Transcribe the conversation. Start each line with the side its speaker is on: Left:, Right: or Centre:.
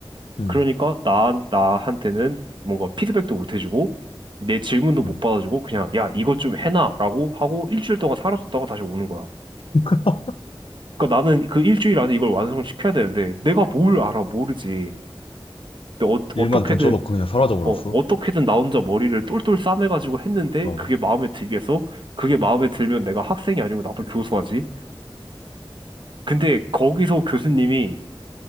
Left: 음,
Right: 그러니까 나 나한테는 뭔가 피드백도 못 해주고 내 질문도
Left: 음.
Right: 못 받아주고 그냥 야 이것 좀 해놔라고 하고 일주일 동안 사라졌다가 다시 오는 거야.
Left: <laughs>
Right: 그러니까 나는 그 일주일 안에 이걸 완성시켜야 되는데 내가 뭘 알아 모르지. 근데 어,
Left: 일만
Right: 어떻게든
Left: 던져놓고 그냥 사라져버렸어.
Right: 어 어떻게든 나 혼자 머리를 똘똘 싸매가지고 했는데
Left: 어,
Right: 그게 마음에 들겠어? 그게 마음에 들면 내가 학생이 아니고 나도 교수하지. 근데 거기서 교수님이